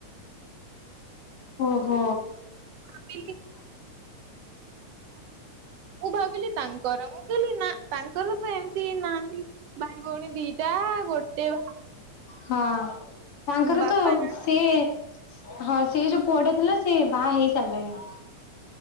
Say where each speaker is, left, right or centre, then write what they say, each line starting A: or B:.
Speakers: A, on the left; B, on the right.
A: ଅହ।
B: <inaudible> ମୁଁ ଭାବିଲି ତାଙ୍କର ମୁଁ କହିଲି ନା। ତାଙ୍କର ତ ଏମିତି ନାହାନ୍ତି ଭାଇ ଭଉଣୀ ଦିଟା ଗୋଟେ ବା
A: ହଁ ତାଙ୍କର
B: ବାପା
A: ତ
B: ନାହାନ୍ତି
A: ସିଏ ହଁ ସେ ଯୋଉ ପୁଅଟା ଥିଲା ସେ ବାହା ହେଇ ସାରିଲାଣି।